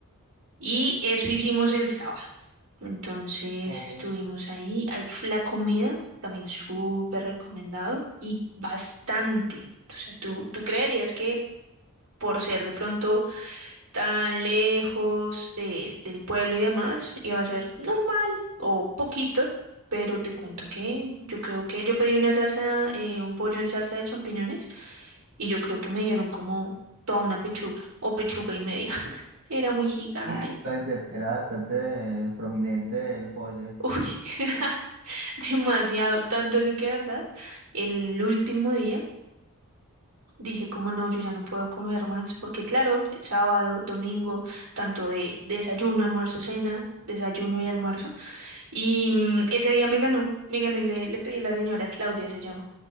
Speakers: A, on the right; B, on the right.
A: Y eso hicimos el sábado. Entonces
B: No,
A: estuvimos
B: pues,
A: ahí. Ah, uf, La comida también súper recomendado y bastante. O sea, ¿tú, tú creerías que por ser de pronto tan lejos de, del pueblo y demás, iba a ser normal o poquito? Pero te cuento que yo creo que yo pedí una salsa, eh, un pollo en salsa de champiñones y yo creo que me dieron como toda una pechuga o pechuga y media. <laughs> Era muy gigante.
B: <laughs> No, este, Era bastante eh, prominente el pollo.
A: Uy. <laughs> <laughs> demasiado, tanto así que, ¿verdad? El último día dije como no, yo ya no puedo comer más, porque claro, sábado, domingo, tanto de desayuno, almuerzo, cena, desayuno y almuerzo, y mm, ese día me ganó, me ganó y le, le pedí a la señora Claudia, se llama,